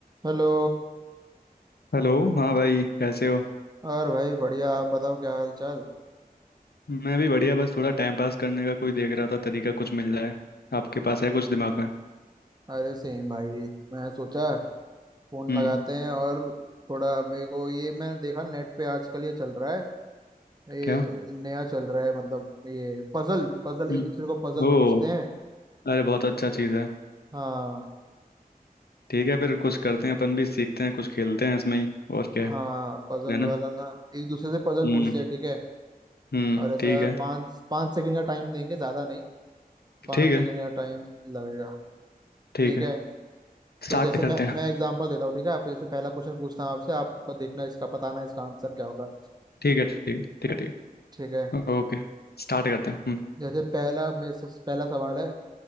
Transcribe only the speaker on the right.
Hello
और भाई बढ़िया आप बताओ क्या हाल चाल
अरे सेम भाई मैं सोचा फोन
लगाते हैं और थोड़ा मेरे को ये मैंने देखा नेट पे आजकल ये चल रहा है ये
नया चल रहा है मतलब ये पजल पजल
एक दूसरे को पजल
पूछते हैं
हाँ
हाँ
पजल
वाला ना एक दूसरे से पजल
पूछते हैं ठीक है
और ऐसा
पाँच पाँच सेकंड का टाइम देंगे ज्यादा नहीं पाँच
सेकंड का टाइम लगेगा
ठीक
है
तो जैसे
मैं
मैं एग्जांपल देता हूँ ठीक है आपको जैसे पहला क्वेश्चन पूछता हूँ आपसे आप देखना इसका बताना इसका आंसर क्या होगा
ठीक है
जैसे पहला मेरे से पहला सवाल है